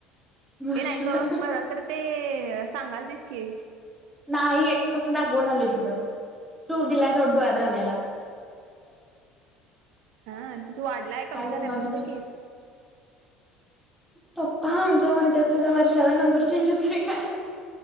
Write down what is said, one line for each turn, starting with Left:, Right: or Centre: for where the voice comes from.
Centre: वर्ष
Right: हे नाही
Centre: झालं
Right: ग! पर तर ते सांगाल दिस की,
Centre: नाही फक्त दागवून आलो तिथं. टॉप दिलाय तिथे डोळ्यात घालायला.
Right: हा, तुझ वाढलाय
Centre: काय
Right: कमी झालाय
Centre: चष्मा
Right: बघ
Centre: बिस्मा
Right: ज की?
Centre: पप्पा आमच म्हणतात तुझा वर्षाला नंबर चेंज होतय काय?